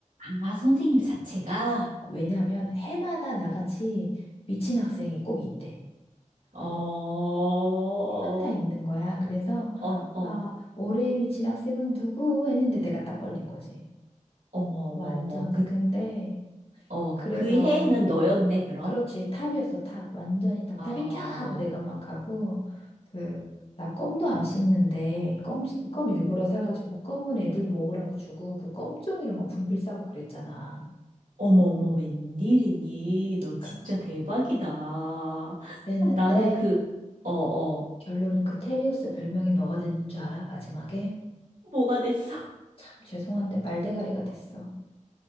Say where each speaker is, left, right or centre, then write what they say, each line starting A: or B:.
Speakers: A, on the right; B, on the left.
A: 아, 선생님 자체가?
B: 왜냐하면 해마다 나같이 미친 학생이 꼭 있대.
A: 어, 어,
B: 해마다 있는 거야. 그래서
A: 어.
B: 아, 올해의 미친 학생은 누구? 했는데 내가 딱 걸린 거지.
A: 어머, 어머,
B: 완전히.
A: 어머. 그,
B: 근데
A: 어,
B: 그래서
A: 그 해에는 너였네, 그럼?
B: 그렇지. 탑이었어, 탑. 완전히 탑.
A: 아,
B: 탑이
A: 어,
B: 켜! 하고 내가 막 가고, 그, 나 껌도 안 씹는데, 껌, 껌 일부러 사가지고, 껌은 애들 먹으라고 주고, 그 껌종이를 막 분필 싸고 그랬잖아.
A: 어머, 어머, 웬일이니? 너 진짜
B: 그-
A: 대박이다.
B: 그랬는데,
A: 나는 그, 어, 어,
B: 결론은 그 테리우스 별명이 뭐가 됐는 줄 알아? 마지막에?
A: 뭐가 됐어? <laughs>
B: 참 죄송한데, 말대가리가 됐어.